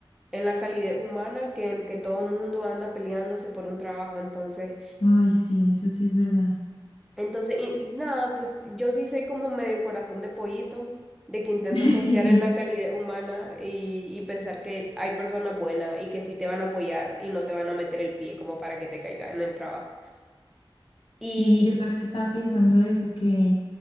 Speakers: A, in the centre; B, on the left (about 75°).
A: en la calidez humana que en que todo mundo anda peleándose por un trabajo. Entonces,
B: Ay, sí, eso sí es verdad.
A: entonces, y, y nada, pues yo sí soy como medio corazón de pollito, de que intento
B: <laughs>
A: confiar en la calidez humana y, y pensar que hay personas buenas y que sí te van a apoyar y no te van a meter el pie como para que te caiga en el trabajo. Y
B: Sí, yo también estaba pensando eso, que,